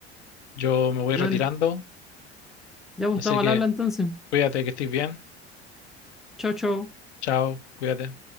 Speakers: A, on the left; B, in the centre.
A: Yo me voy
B: Ya,
A: retirando,
B: dale. ya Gustavo,
A: así que
B: al habla entonces.
A: cuídate que estés bien.
B: Chau, chau.
A: Chao, cuídate.